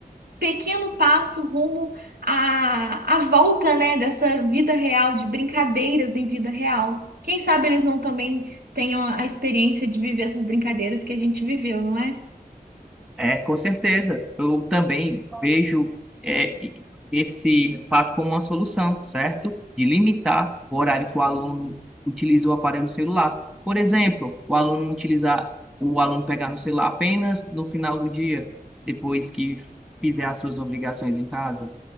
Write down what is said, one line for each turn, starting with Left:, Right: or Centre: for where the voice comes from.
Right: pequeno passo rumo à, à volta, né, dessa vida real, de brincadeiras em vida real. Quem sabe eles não também tenham a experiência de viver essas brincadeiras que a gente viveu, não é?
Centre: É, com certeza. Eu também vejo é, e- esse fato como uma solução, certo? De limitar o horário que o aluno utiliza o aparelho celular. Por exemplo, o aluno utilizar, o aluno pegar no celular apenas no final do dia, depois que fizer as suas obrigações em casa.